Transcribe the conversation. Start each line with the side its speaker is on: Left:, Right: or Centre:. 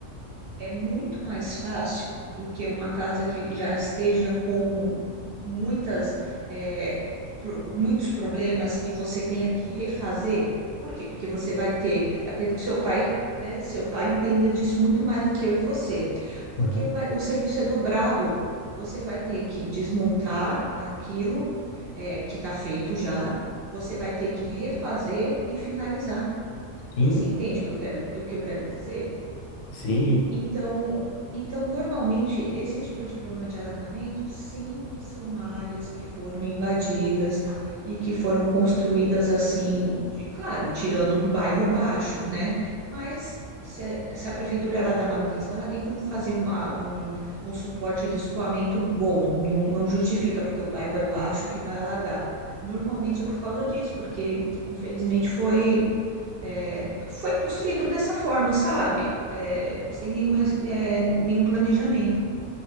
Right: é muito mais fácil do que uma casa que já esteja com muitas, é, pro- muitos problemas e você tenha que refazer. Por quê? Porque você vai ter, eu acredito que seu pai, né, seu pai entenda disso muito mais do que eu e você, porque
Left: uhum.
Right: vai- o serviço é dobrado. Você vai ter que desmontar aquilo, é, que está feito já, você vai ter que refazer e finalizar.
Left: Sim,
Right: Você entende o que eu quero, o que eu quero dizer?
Left: sim,
Right: Então, então, normalmente, esse tipo de problema de alagamento sempre são áreas que foram invadidas e que foram construídas assim, de- claro, tirando o bairro baixo, né? Mas se a, se a prefeitura ela dá manutenção, ela tem como fazer uma, um, um suporte de escoamento bom, não, não justifica, porque o bairro é baixo que vai alagar. Normalmente é por causa disso, porque infelizmente foi. É, foi construído dessa forma, sabe? É, sem nenhuma, é, nenhum planejamento.